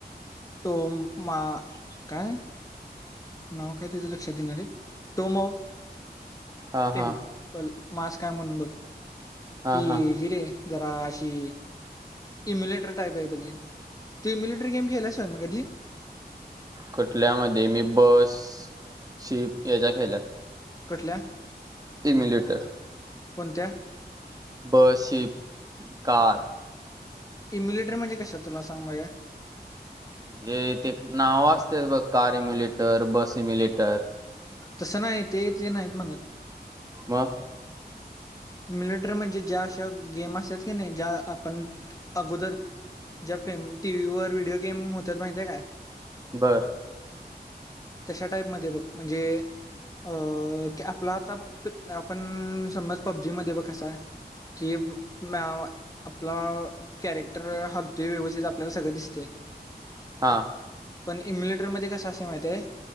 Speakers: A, on the left (about 20°); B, on the right (about 20°).
A: तो मा काय? नाव काय तेच लक्षात येना रे <unintelligible>
B: हा
A: टेम्पल
B: हा
A: मास्क हाय म्हणून बघ
B: हा
A: ती
B: हा
A: हि रे जरा अशी इम्युलेटर टाईप आहे बघ हे. तु ईम्युलेटर गेम खेळलायस मग कधी
B: कुठल्यामधी मी बस, शिप हेच्या खेळल्यात.
A: कुठल्या
B: एमिलेटर
A: कोणत्या
B: बस, शीप, कार.
A: इमुलेटर म्हणजे कशात तुला सांग माहित काय
B: म्हणजे ते नावं असत्यात बघ कार इम्युलेटर, बस इम्युलेटर.
A: तसं नाही ते ते नाहीत म्हणत
B: मगं
A: इम्युलेटर म्हणजे ज्या अशा गेम असतात की नाही ज्या आपण अगोदर ज्या फेम टीव्ही वर व्हिडिओ गेम होतात माहितीे ये काय
B: बर
A: तशा टाईपमध्ये बघ म्हणजे अ ते आपला आता आपण समज पब्जी मध्ये बघ कसा की म्याव आपला करेक्ट तर हलतय व्यवस्थित आपल्याला सगळं दिसतय.
B: हा
A: पण इम्युलेटरमध्ये कस असंतय माहितय